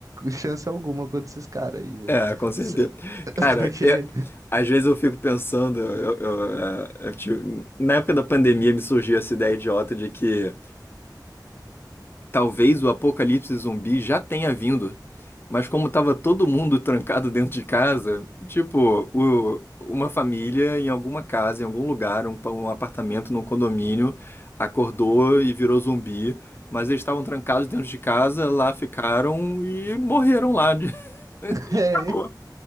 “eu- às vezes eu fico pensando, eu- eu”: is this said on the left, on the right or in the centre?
Left